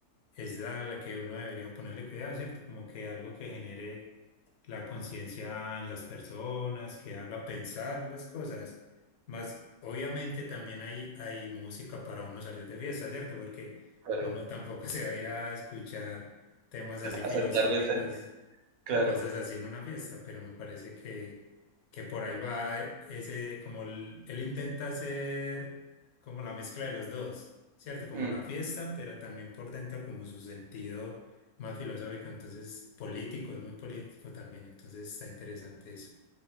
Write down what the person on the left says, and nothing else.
es la, la que uno debería ponerle cuidado, ¿cierto? Como que algo que genere la conciencia en las personas, que haga pensar las cosas. Más, obviamente también hay, hay música para uno salir de fiesta, ¿cierto? Porque
uno tampoco <laughs> se va a ir a escuchar temas así filosóficos
o cosas así en una fiesta, pero me parece que, que por ahí va ese, como el- él intenta hacer como la mezcla de los dos, ¿cierto? Como
la fiesta, pero también por dentro como su sentido más filosófico, entonces político, es muy político también, entonces está interesante eso.